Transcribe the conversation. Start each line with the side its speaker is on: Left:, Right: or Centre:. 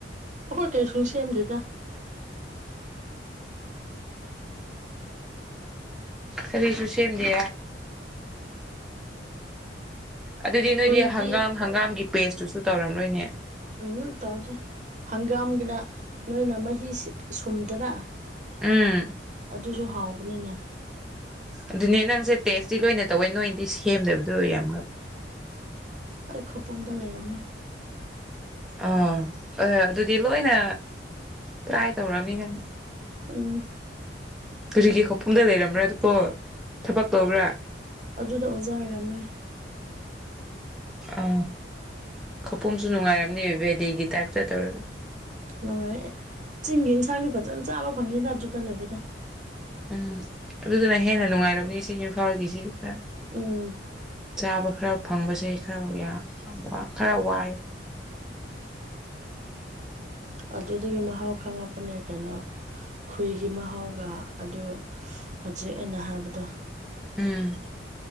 Right: ꯑꯩꯈꯣꯏ ꯀꯩ ꯁꯨꯝ ꯁꯦꯝꯗꯦꯗ
Centre: ꯀꯔꯤꯁꯨꯨ ꯁꯦꯝꯗꯦ ꯑꯗꯨꯗꯤ ꯅꯣꯏꯗꯤ
Right: ꯈꯣꯏꯗꯤ
Centre: ꯍꯪꯒꯥꯝ ꯍꯪꯒꯥꯝꯒꯤ ꯄꯦꯁꯇꯨꯁꯨ ꯇꯧꯔꯝꯂꯣꯏꯅꯦ
Right: ꯎꯝ ꯇꯧꯗꯦ ꯍꯪꯒꯥꯝꯒꯤꯅ ꯅꯣꯏꯅ ꯃꯍꯤꯁꯤ ꯁꯨꯝꯗꯔ
Centre: ꯎꯝ
Right: ꯑꯗꯨꯁꯨ ꯍꯥꯎꯕꯅꯤꯅ‌ꯦ
Centre: ꯑꯗꯨꯅꯦ ꯅꯪꯁꯦ ꯇꯦꯁꯇꯤ ꯂꯣꯏꯅ ꯇꯧꯋꯦ ꯅꯣꯏꯗꯤ ꯁꯦꯝꯗꯕꯗꯣ ꯌꯥꯝ
Right: ꯑꯩ ꯈꯧꯄꯨꯝꯗ ꯂꯩꯔꯝꯃꯦ
Centre: ꯑꯥ ꯍꯣꯏꯣꯏ ꯑꯗꯨꯗꯤ ꯂꯣꯏꯅ ꯇ꯭ꯔꯥꯏ ꯇꯧꯔꯝꯅꯤ ꯅꯪ
Right: ꯎꯝ
Centre: ꯇꯨꯔꯤꯒꯤ ꯈꯣꯛꯄꯨꯝꯗ ꯂꯩꯔꯝꯕ꯭ꯔꯥ ꯀꯣ ꯊꯕꯛ ꯇꯧꯕ꯭ꯔꯥ
Right: ꯑꯗꯨꯗ ꯑꯣꯖꯥ ꯑꯣꯏꯔꯝꯃꯦ
Centre: ꯑ ꯈꯧꯄꯨꯝꯁꯨ ꯅꯨꯡꯉꯥꯏꯔꯝꯅꯦꯕ ꯕꯦꯗꯤꯒꯤ ꯇꯥꯏꯞꯇ ꯇꯧꯔꯒ
Right: ꯅꯨꯡꯉꯥꯏ ꯑꯦ ꯆꯤꯡꯒꯤ ꯏꯟꯁꯥꯡꯗꯤ ꯐꯖꯅ ꯆꯥꯕ ꯐꯪꯉꯦꯗ ꯑꯗꯨꯗꯂꯩꯕꯗꯣ
Centre: ꯎꯝ ꯑꯗꯨꯗꯨꯅ ꯍꯦꯟꯅ ꯅꯨꯡꯉꯥꯏꯔꯝꯅꯤ ꯁꯤ ꯏꯝꯐꯥꯜꯒꯤꯁꯤ ꯈꯔ
Right: ꯎꯝ
Centre: ꯆꯥꯕ ꯈꯔ ꯐꯪꯕꯁꯦ ꯈꯔ ꯈꯔ ꯋꯥꯏ
Right: ꯑꯗꯨꯗꯒꯤ ꯃꯍꯥꯎ ꯈꯪꯉꯛꯄꯅꯦ ꯀꯩꯅꯣ ꯈꯣꯏꯒꯤ ꯃꯍꯥꯎꯒ ꯑꯗꯨ ꯍꯧꯖꯤꯛ ꯑꯩꯅ ꯍꯥꯏꯕꯗ
Centre: ꯎꯝ